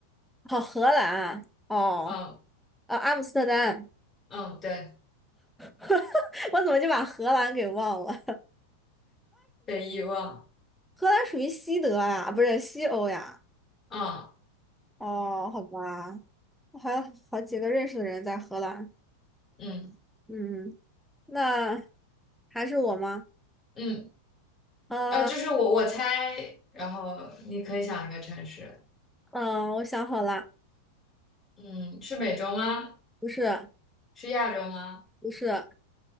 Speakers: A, in the centre; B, on the left (about 25°).
A: 好，荷兰哦，
B: 嗯
A: 啊，阿姆斯特丹，
B: 嗯，对，
A: <laughs> 我怎么就把荷兰给忘了？
B: 被遗忘，
A: <laughs> 荷兰属于西德呀，不是西欧呀？
B: 啊，
A: 哦，好吧，我还有好几个认识的人在荷兰。
B: 嗯
A: 嗯，那还是我吗？
B: 嗯，
A: 啊，
B: 呃，就是我我猜，然后你可以想一个城市，
A: 嗯，我想好了，
B: 嗯，是美洲吗？
A: 不是，
B: 是亚洲吗？
A: 不是，